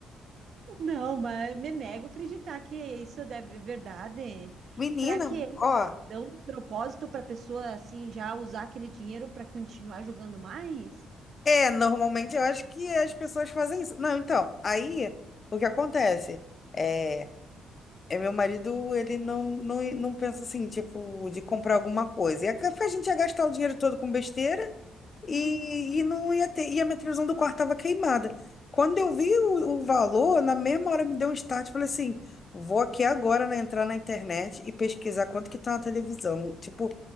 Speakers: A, on the right; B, on the left.
A: Não, mas me nego a acreditar que isso deve é verdade.
B: Menina,
A: Será que eles
B: ó,
A: dão de propósito para a pessoa assim já usar aquele dinheiro para continuar jogando mais?
B: é, normalmente eu acho que as pessoas fazem isso. Não, então, aí o que acontece é, é meu marido, ele não, não, não pensa assim, tipo, de comprar alguma coisa. E a, a gente ia gastar o dinheiro todo com besteira e,
A: Hum?
B: e não ia ter. E a minha televisão do quarto tava queimada. Quando eu vi o, o valor, na mesma hora me deu um start, falei assim, vou aqui agora, né, entrar na internet e pesquisar quanto que tá na televisão. Tipo,